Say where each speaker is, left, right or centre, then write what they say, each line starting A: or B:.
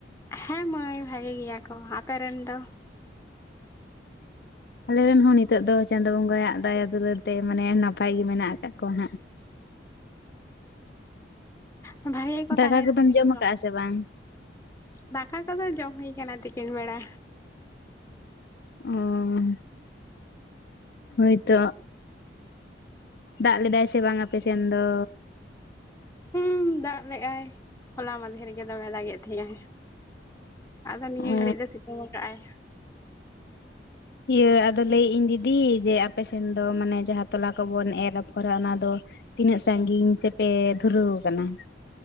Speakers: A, on the left; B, on the left.
A: ᱦᱮᱸ ᱢᱟᱹᱭ ᱵᱷᱟᱜᱤ ᱜᱮᱭᱟ ᱠᱚ ᱟᱯᱮ ᱨᱮᱱ ᱫᱚ?
B: ᱟᱞᱮᱨᱮᱱ ᱦᱚᱸ ᱱᱤᱛᱚᱜ ᱫᱚ ᱪᱟᱸᱫᱳ ᱵᱚᱸᱜᱟᱭᱟᱜ ᱫᱟᱭᱟ ᱫᱩᱞᱟᱹᱲ ᱛᱮ ᱢᱟᱱᱮ ᱱᱟᱯᱟᱭ ᱜᱮ ᱢᱮᱱᱟᱜ ᱟᱠᱟᱫ ᱠᱚᱣᱟ ᱦᱟᱸᱜ
A: ᱚ ᱵᱷᱟᱜᱤ ᱜᱮᱠᱚ
B: ᱫᱟᱠᱟ
A: ᱪᱚᱱᱤᱡ
B: ᱠᱚᱫᱚᱢ ᱡᱚᱢ
A: ᱠᱚ
B: ᱟᱠᱟᱜᱼᱟ ᱥᱮ ᱵᱟᱝ
A: ᱫᱟᱠᱟ ᱠᱚᱫᱚ ᱡᱚᱢ ᱦᱩᱭ ᱟᱠᱟᱱᱟ ᱛᱤᱠᱤᱱ ᱵᱮᱲᱟ
B: ᱚ ᱦᱳᱭᱛᱚ ᱫᱟᱜ ᱞᱮᱫᱟᱭ ᱥᱮ ᱵᱟᱝ ᱟᱯᱮ ᱥᱮᱱ ᱫᱚ?
A: ᱦᱩᱸ ᱫᱟᱜ ᱞᱮᱫᱟᱭ ᱦᱚᱞᱟ ᱢᱟᱫᱷᱮ ᱨᱮᱜᱮ ᱫᱚᱢᱮ ᱞᱟᱜ ᱮᱫ ᱛᱟᱦᱮᱸᱜ ᱟᱭ ᱟᱫᱚ ᱱᱤᱭᱟᱹ
B: ᱚ
A: ᱜᱷᱟᱹᱲᱤᱡ ᱫᱚ ᱥᱤᱛᱩᱝ ᱟᱠᱟᱫᱟᱭ
B: ᱤᱭᱟᱹ ᱟᱫᱚ ᱞᱟᱹᱭᱮᱫ ᱟᱹᱧ ᱫᱤᱫᱤ ᱡᱮ ᱟᱯᱮᱥᱮᱱ ᱫᱚ ᱢᱟᱱᱮ ᱡᱟᱦᱟᱸ ᱛᱚᱞᱟ ᱠᱚᱵᱚᱱ ᱮᱨ ᱟᱯᱷᱚᱨᱟ ᱚᱱᱟ ᱫᱚ ᱛᱤᱱᱟᱹᱜ ᱥᱟᱺᱜᱤᱧ ᱥᱮᱯᱮ ᱫᱷᱩᱨᱟᱹᱣ ᱟᱠᱟᱱᱟ